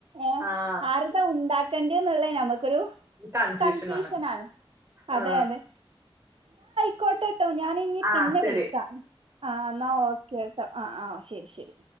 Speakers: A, on the right; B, on the right.
A: ഏ
B: ആഹ്
A: ആരുടെ ഉണ്ടാക്ക ക്കണ്ടിന്നുള്ള നമുക്കൊരു
B: കൺഫ്യൂഷനാണ്
A: കൺഫ്യൂഷൻ ആണ് അതെ
B: ആ
A: അതെ ക്കോട്ടെ കേട്ടോ ഞാന ഇനി
B: ആ
A: പിന്നെ
B: ശരി
A: വിളിക്കാം ആഹ എന്നാൽ ഓക്കെ ട്ടോ ആഹ ആഹ ശരി ശരി